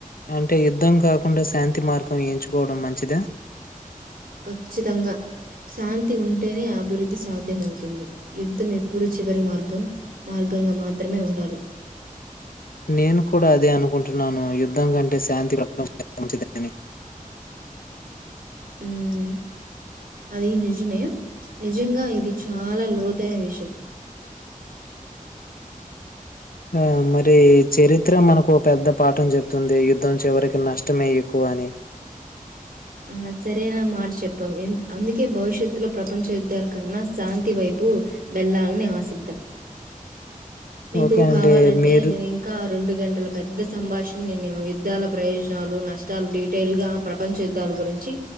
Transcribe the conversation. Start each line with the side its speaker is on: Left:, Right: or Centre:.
Left: అంటే యుద్ధం కాకుండా, శాంతి మార్గం ఎంచుకోవడం మంచిదా.
Right: చ్చితంగా. శాంతి ఉంటేనే అభివృద్ధి సాధ్యమవుతుంది యుద్ధం ఎప్పుడు చివరి మార్గం మార్గం గంగ మాత్రమే ఉండాలి
Left: నేను కూడా అదే అనుకుంటున్నాను యుద్ధం కంటే శాంతి మంచిది <unintelligible>
Right: మ్మ్ అది నిజమే నిజంగా ఇది చాలా లోతైన విషయం
Left: ఆ మరి చరిత్ర మనకు పెద్ద పాఠం చెప్ తుంది యుద్ధం చివరికి నష్టమే ఎక్కువ అని
Right: ఆ సరేైన మాట చెప్పావు అందుకే భవిష్యత్తులో ప్రపంచ యుద్ధాల కన్నా శాంతి వైపు తప్పు బెళ్లాలని ఆశిద్దాం మీకు
Left: ఓకే అండి
Right: కావాలంటే
Left: మీరు
Right: నేను ఇంకా రెండు గంటల పెద్ద సంభాషణ నేను యుద్ధాల ప్రయోజనాలు నష్టాలు డీటెయిల్ గా ప్రపంచ యుద్ధాల గురించి